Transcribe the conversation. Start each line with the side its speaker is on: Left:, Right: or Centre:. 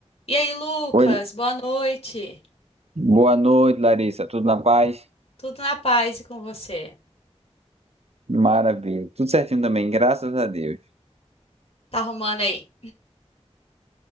Left: E aí, Lucas,
Right: Oi,
Left: boa noite.
Right: boa noite, Larissa. Tudo na paz?
Left: Tudo na paz e com você?
Right: Maravilha. Tudo certinho também, graças a Deus.
Left: Tá arrumando aí?